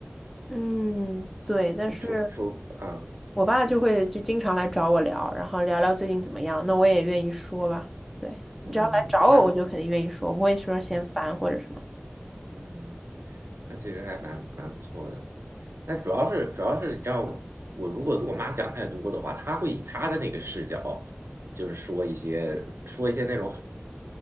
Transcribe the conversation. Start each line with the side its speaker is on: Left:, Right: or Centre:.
Centre: 嗯对，但是。
Right: 你除除啊。
Centre: 我爸就会就经常来找我聊，
Right: 除
Centre: 然后聊聊最近怎么样，那我也愿意说吧。对，你只要来找我，
Right: 嗯，那
Centre: 我就肯定愿意说，我不会说嫌烦或者什么。
Right: 那其嗯，那其实还蛮蛮不错的。那主要是主要是你知道我，我如果跟我妈讲太多的话，她会以她的那个视角，就是说一些说一些那种很，